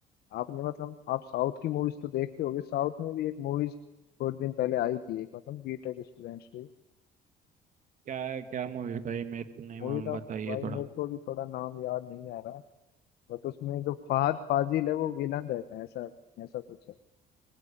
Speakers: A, on the left; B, on the right.
A: आपने मतलब आप साउथ की मूवीज तो देखते होगे साउथ में भी एक मूवीज थोड़े दिन पहले आई थी एक मतलब बीटेक स्टूडेंट्स की
B: क्या क्या मूवी भाई मैं तो नहीं
A: मूवी
B: मालूम
A: का
B: बताइए
A: भाई
B: थोड़ा
A: मेरे को भी थोड़ा नाम याद नहीं आ रहा बट उसमें जो फहद फाजिल है वो विलन रहता है ऐसा ऐसा कुछ है